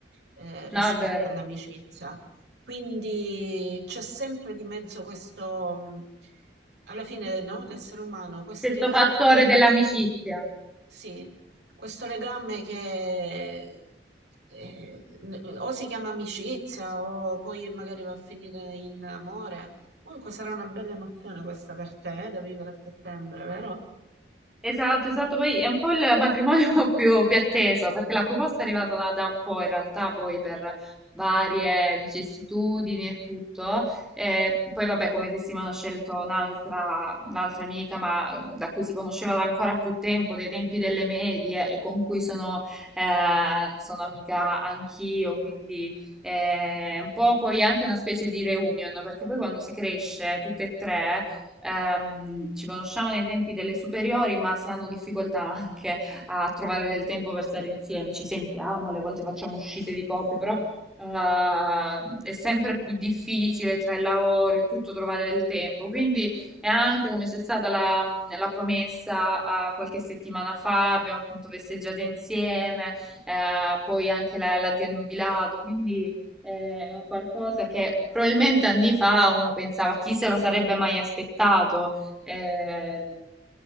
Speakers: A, on the right; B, in the centre.
A: eh, rispetto
B: No, è vero.
A: all'amicizia. Quindi c'è sempre di mezzo questo, mh, alla fine, no? L'essere umano, questi
B: Questo
A: legami
B: fattore
A: qui,
B: dell'amicizia.
A: sì, questo legame che eh, n- o si chiama amicizia o poi magari va a finire in amore. Comunque sarà una bella emozione questa per te, eh, da vivere a settembre, vero?
B: Esatto, esatto, poi è un po' il matrimonio <laughs> più, più atteso, perché la proposta è arrivata da, da un po' in realtà, poi per varie vicissitudini e tutto. Eh, poi vabbè, come testimone ho scelto un'altra un'altra amica, ma da cui si conosceva da ancora più tempo, dei tempi delle medie, e con cui sono, eh, sono amica anch'io, quindi eh, un po' poi anche una specie di reunion, perché poi quando si cresce tutte e tre ehm, ci conosciamo nei tempi delle superiori, ma si hanno difficoltà anche a trovare del tempo per stare insieme. Ci sentiamo, alle volte facciamo uscite di coppia, però eh, è sempre più difficile tra il lavoro e tutto trovare del tempo. Quindi è anche come c'è stata la, la promessa eh, qualche settimana fa, abbiamo appunto festeggiato insieme, eh, poi anche la, la di annubilato, quindi eh, È un qualcosa che probabilmente anni fa uno pensava chi se lo sarebbe mai aspettato, ehm,